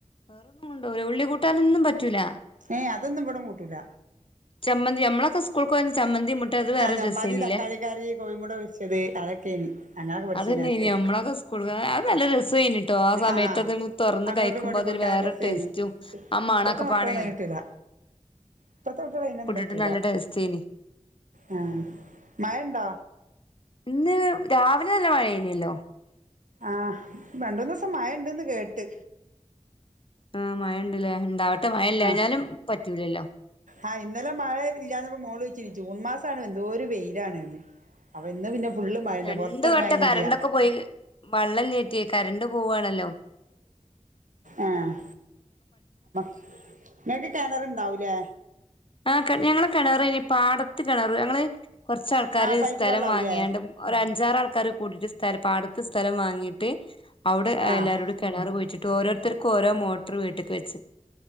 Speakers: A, on the left; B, on the right.
A: വേറൊന്നും കൊണ്ടുപോകില്ല ഉള്ളി കൂട്ടാനൊന്നും പറ്റൂല
B: ഏയ് അതൊന്നും ഇവിടം കൂട്ടൂല
A: ചമ്മന്തി നമ്മളൊക്കെ സ്കൂൾക്ക് പോയത് ചമ്മന്തി മുട്ട അത് വേറെ
B: ആ ചമ്മന്തി
A: രസേനില്ലേ
B: തക്കാളിക്കറി കോഴിമുട്ട പൊരിച്ചത് അതൊക്കെയാണ് ഞങ്ങളൊക്കെ പഠിച്ച
A: അതന്നെനി
B: നേത്ത്
A: നമ്മളൊക്കെ സ്കൂൾക്ക് അത് നല്ല രസേനിട്ടോ സമയത്ത്
B: ആ
A: അത് തുറന്ന്
B: അങ്ങോട്ടും
A: കഴിക്കുമ്പോ
B: ഇങ്ങോട്ടും
A: അതൊരു
B: കൊടുത്ത്
A: വേറെ
B: രസായിരുന്നു
A: ടേസ്റ്റും ആ മണൊക്കെ
B: ഇപ്പത്തെ മക്കളൊന്നും
A: പാടെ
B: അതിന് പറ്റൂല ഇപ്പളത്തെ കുട്ടികളെ അതിനൊന്നും
A: കൂട്ടിട്ട്
B: പറ്റൂല
A: നല്ല ടേസ്റ്റേനി
B: ആ മഴണ്ടോ
A: ഇന്ന് രാവിലെ നല്ല മഴയായിരുന്നല്ലോ
B: ആ രണ്ടൂ മൂന്ന് ദിവസം മഴ ഉണ്ടെന്ന് കേട്ട്
A: ആ മഴ ഉണ്ട് ലേ ഉണ്ടാവട്ടെ മഴല്ലാഞ്ഞാലും
B: ആ
A: പറ്റൂലല്ലോ
B: ആ ഇന്നലെ മഴ ഇല്ലന്നപ്പോ മോള് ജൂൺ മാസാണ് എന്തോ ഒരു വെയിലാണ്ന്ന് ഇന്ന് പിന്നെ ഫുള്ള് മഴന്നെ
A: രണ്ട്
B: പുറത്തിറങ്ങാൻ
A: വട്ടം
B: കഴിഞ്ഞില്ല
A: കരണ്ടൊക്കെ പോയി വള്ളല്ലേറ്റെ കരണ്ട് പോവാണല്ലോ
B: ആഹ് <inaudible> ഇങ്ങക്ക് കെണറ്ണ്ടാവൂലേ
A: ആ ഞങ്ങളെ കിണറ് ഇനി പാട കിണ ഞങ്ങൾ കൊറച്ച ആൾക്കാർ
B: ആഹ് പൈപ്പ്
A: സ്ഥലം
B: വെള്ളാവൂലേ
A: വാങ്ങിയാണ്ട്ഞ്ച് പഞ്ചാറ ആൾക്കാര് കൂടിയിട്ട് സ്ഥ പാടത്ത് സ്ഥലം വാങ്ങിയിട്ട് അവിടെ
B: ആഹ്
A: എല്ലാരോടും കിണർ പോഴിച്ചിട്ട് ഓരോരുത്തർക്കും ഓരോ മോട്ടർ വീട്ടിലക്ക് വെച്ച